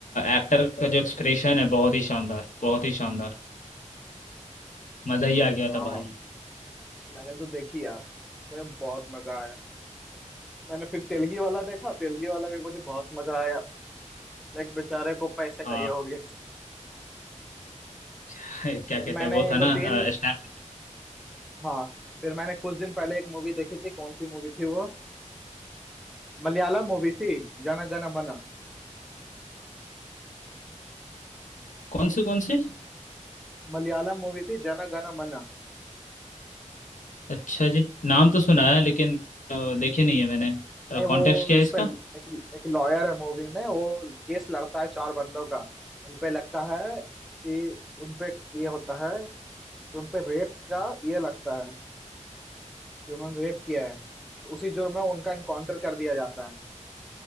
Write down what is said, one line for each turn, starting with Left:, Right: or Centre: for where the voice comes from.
Left: एक्टर का जो एक्सप्रेशन है बहुत ही शानदार बहुत ही शानदार मजा ही आ गया
Centre: हाँ
Left: था भाई
Centre: मैंने तो देखी यार मुझे बहुत मजा आया मैंने फिर तेलगी वाला देखा तेलगी वाला भी मुझे बहुत मजा आया लाइक बेचारे को पैसे का
Left: हाँ
Centre: ये हो गया
Left: <laughs> क्या
Centre: फिर
Left: कहते
Centre: मैंने
Left: हैं वो था
Centre: दो
Left: ना
Centre: तीन
Left: स्नैप
Centre: हाँ फिर मैंने कुछ दिन पहले एक मूवी देखी थी कौन सी मूवी थी वो मलयालम मूवी थी जन गण मन
Left: कौन से कौन से
Centre: मलयालम मूवी थी जन गण मन
Left: अच्छा जी नाम तो सुना है लेकिन अ, देखे नहीं है मैंने
Centre: नहीं वो
Left: कॉन्टेक्स्ट क्या
Centre: इस
Left: है इसका
Centre: पे एक, एक लॉयर है मूवी में वो केस लड़ता है चार बंदों का उनपे लगता है कि उनपे ये होता है कि उनपे रेप का ये लगता है कि उन्होंने रेप किया है तो उसी जुर्म में उनका इनकाउंटर कर दिया जाता है